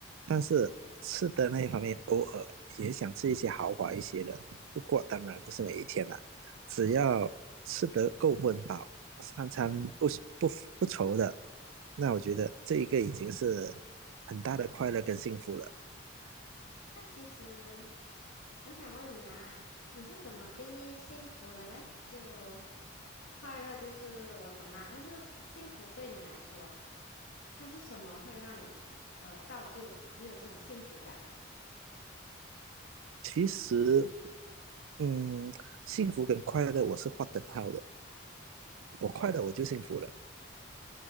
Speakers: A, on the right; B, on the left.
A: 但是吃的那一方面，偶尔也想吃一些豪华一些的。不过当然不是每一天啦，只要吃得够温饱，三餐不是不不愁的，那我觉得这一个已经是很大的快乐跟幸福了。
B: 那其实我想问你啊，你是怎么定义幸福的嘞？就快乐就是我懂啦，但是幸福对你来说，它是什么会让你呃造就你有这种幸福感？
A: 其实，嗯，幸福跟快乐我是画等号的，我快乐我就幸福了。